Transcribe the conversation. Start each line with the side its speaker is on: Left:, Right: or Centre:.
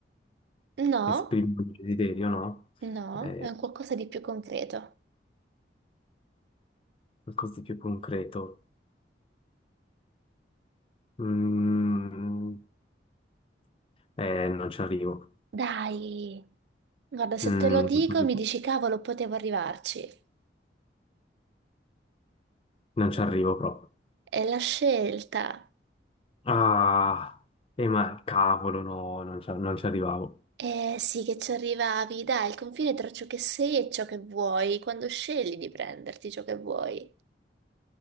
Right: No,
Left: esprimi un desiderio, no?
Right: no,
Left: Eh,
Right: è un qualcosa di più concreto.
Left: qualcosa di più concreto. Mm, eh, non ci arrivo.
Right: Dai, guarda, se
Left: Mm,
Right: te lo dico
Left: non ci arrivo
Right: mi dici cavolo, potevo arrivarci.
Left: Non ci arrivo proprio.
Right: È la scelta.
Left: Ah, eh, ma cavolo, no, non ci, non ci arrivavo.
Right: Eh sì, che ci arrivavi, dai, il confine tra ciò che sei e ciò che vuoi, quando scegli di prenderti ciò che vuoi.